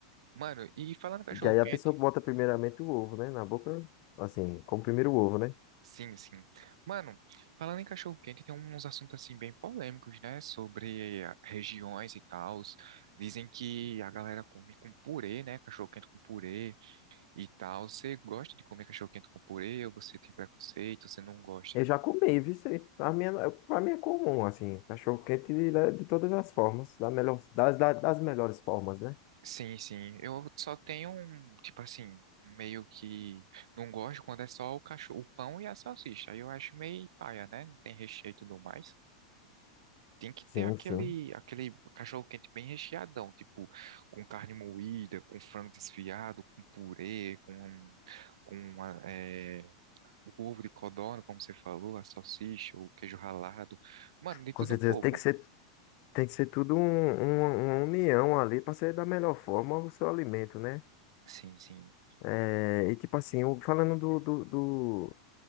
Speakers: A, on the right; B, on the left.
A: Mano, e falando em cachorro-quente,
B: Que aí a pessoa bota primeiramente o ovo, né? Na boca, assim, como primeiro o ovo, né?
A: sim, sim. Mano, falando em cachorro-quente, tem uns assuntos assim bem polêmicos, né, sobre a- regiões e tal. Dizem que a galera come com purê, né, cachorro-quente com purê. e tal. Você gosta de comer cachorro quente com purê ou você tem preconceito, você não gosta?
B: Eu já comi, viu? isso aí? Pra mim, é- pra mim é comum, assim, cachorro quente de, de todas as formas, da melhor, das, da- das melhores formas, né?
A: Sim, sim. Eu só tenho um, tipo assim, meio que não gosto quando é só o cachorro, o pão e a salsicha. Aí eu acho meio paia, né? Não tem recheio e tudo mais. Tem que ter
B: Sim,
A: aquele,
B: sim.
A: aquele cachorro quente bem recheadão, tipo, com carne moída, com frango desfiado, com purê, com, um, com a- é, o ovo de codorna, como você falou, a salsicha, o queijo ralado. Mano, de
B: Com
A: tudo
B: certeza
A: um pouco.
B: tem que ser, tem que ser tudo um, um- uma união ali pra ser da melhor forma o seu alimento, né?
A: Sim, sim.
B: É, e tipo assim, o- falando do, do,